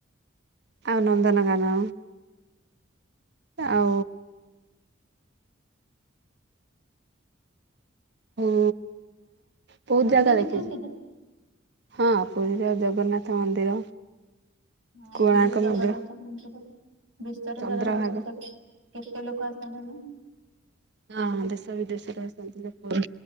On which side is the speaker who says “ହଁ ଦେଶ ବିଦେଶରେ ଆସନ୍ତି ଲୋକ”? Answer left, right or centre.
Right